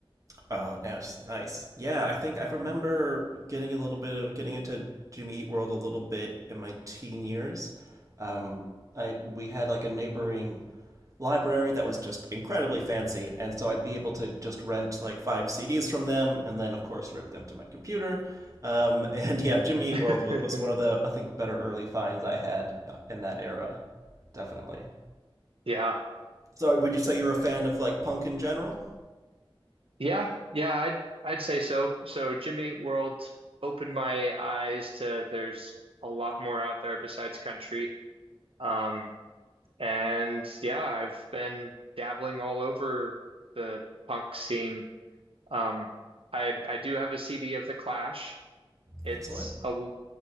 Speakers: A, on the right; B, on the right.
A: Oh, now it's nice. Yeah, I think I remember getting a little bit of getting into Jimmy Eat World a little bit in my teen years. Um, I we had like a neighboring library that was just incredibly fancy, and so I'd be able to just rent like five CDs from them, and then of course rip them to my computer. Um, <laughs> and yeah, Jimmy
B: <laughs>
A: Eat World was one of the I think better early finds I had yeah, in that era, definitely.
B: Yeah.
A: So would you say you're a fan of like punk in general?
B: Yeah. Yeah, I'd I'd say so. So Jimmy Eat World opened my eyes to there's a lot more out there besides country. Um, And yeah, I've been dabbling all over the punk scene. Um, I I do have a CD of The Clash. It's
A: Excellent.
B: a l-